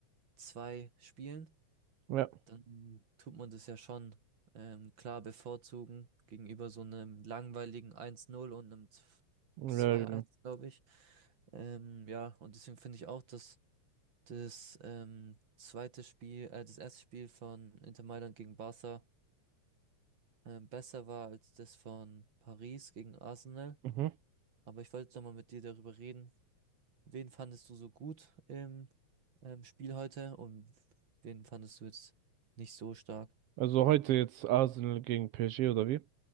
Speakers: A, on the right; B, on the right.
A: zwei Spielen.
B: Ja.
A: Dann tut man das ja schon ähm, klar bevorzugen gegenüber so einem langweiligen eins null und einem z-
B: Ja,
A: zwei
B: genau.
A: eins, glaube ich. Ähm, ja, und deswegen finde ich auch, dass das ähm, zweite Spiel, äh, das erste Spiel von Inter Mailand gegen Barca ähm, besser war als das von Paris gegen Arsenal.
B: Mhm.
A: Aber ich wollte nochmal mit dir darüber reden. Wen fandest du so gut im ähm, Spiel heute und wen fandest du jetzt nicht so stark?
B: Also heute jetzt Arsenal gegen PSG oder wie?